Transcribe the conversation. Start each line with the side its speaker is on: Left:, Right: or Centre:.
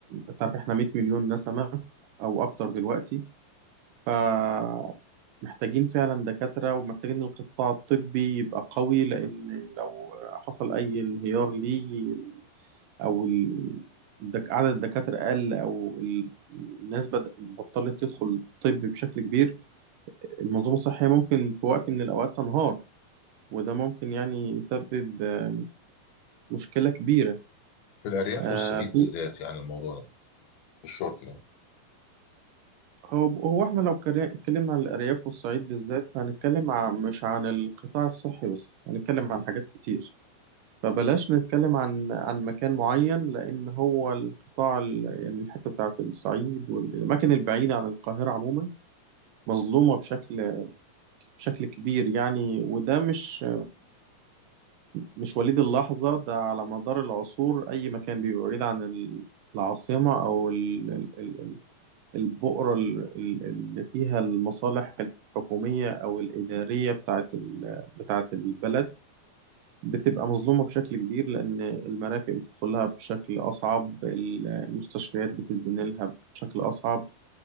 Right: انت عارف احنا 100 مليون نسمه او اكتر دلوقتي فمحتاجين فعلا دكاتره ومحتاجين القطاع الطبي يبقى قوي لان لو حصل اي انهيار ليه او ال- الدك- عدد الدكاتره قل او ال- الناس بدأ بطلت تدخل طب بشكل كبير المنظومه الصحيه ممكن في وقت من الاوقات تنهار وده ممكن يعني يسبب آه، مشكله كبيره
Left: في الارياف
Right: آه،
Left: والصعيد
Right: في
Left: بالذات يعني الموضوع ده الشرق ده
Right: هو هو احنا لو كر- اتكلمنا عن الارياف والصعيد بالذات فهنتكلم عن مش عن القطاع الصحي بس هنتكلم عن حاجات كتير فبلاش نتكلم عن عن مكان معين لان هو القطاع ال- يعني الحته بتاعت الصعيد والاماكن البعيده عن القاهره عموما مظلومه بشكل بشكل كبير يعني وده مش مش وليد اللحظة ده على مدار العصور أي مكان بيبقى بعيد عن ال- العاصمة أو ال- ال- ال- البؤرة ال- ال- اللي فيها المصالح الحكومية أو الإدارية بتاعت ال- بتاعت البلد بتبقى مظلومة بشكل كبير لأن المرافق بتدخلها بشكل أصعب المستشفيات بتتبني لها بشكل أصعب